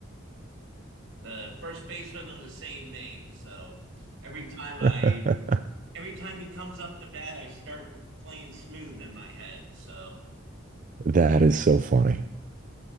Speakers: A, on the right; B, on the right.
A: the first baseman of the same name. So every time I
B: <laughs>
A: every time he comes up to bat, I start playing smooth in my head. So
B: That is so funny.